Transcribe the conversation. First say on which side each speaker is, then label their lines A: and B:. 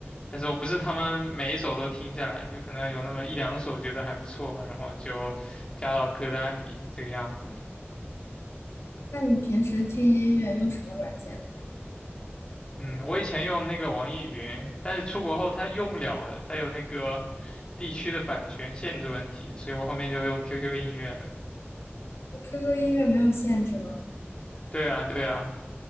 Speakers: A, on the left; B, on the left.
A: 但是我不是他们每一首都听下来，就可能有那么一两首觉得还不错，然后就加到歌单里这个样子。
B: 那你平时听音乐用什么软件呢？
A: 嗯，我以前用那个网易云，但是出国后它用不了了，它有那个地区的版权限制问题，所以我后面就用 QQ 音乐了。
B: 我 QQ 音乐没有限制吗？
A: 对啊，对啊，